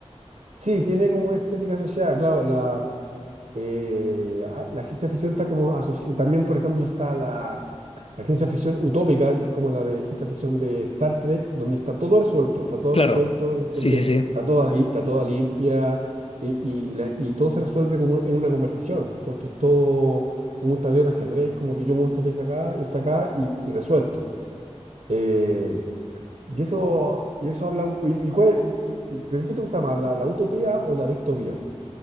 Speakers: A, on the right (about 80°); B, on the left (about 55°).
A: Sí, tiene como una estética asociada, claro, la, Eh, ah, la ciencia ficción está como asociada, también por ejemplo está la, la ciencia ficción utópica, que es como la de ciencia ficción de Star Trek, donde está todo resuelto, está todo
B: Claro,
A: resuelto, y la gente
B: sí, sí, sí.
A: está toda, li- está toda limpia y, y, la- y todo se resuelve como en una conversación, porque es todo como un tablero de ajedrez, como que yo muevo esta pieza acá, esta acá y, y resuelto. Eh, y eso, y eso habla, un- y, y cuál- y- y- ¿pero qué te gusta más, la, la utopía o la distopía?